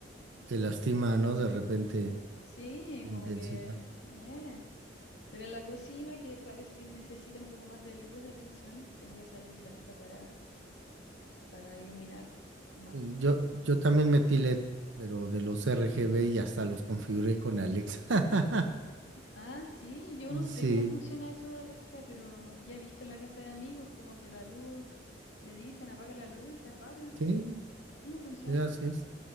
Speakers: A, on the left (about 80°); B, on the right (about 85°).
A: Entonces
B: que lastima,
A: prefiero que sea
B: ¿no? De repente
A: Sí,
B: la
A: como
B: intensidad.
A: que... eh. Pero en la cocina, que parece que necesita un poco más de luz, de atención, tengo esa luz blanca para, para iluminar más.
B: Sí, Yo, yo también metí LED, pero de los RGB y hasta los configuré con Alexa. <laughs>
A: Ah, sí, yo no sé
B: Sí,
A: cómo funciona eso de Alexa, pero ya he visto en la casa de amigos como que la luz, le dicen apaga la luz y se apaga.
B: sí,
A: ¿Cómo funciona?
B: sí, así es.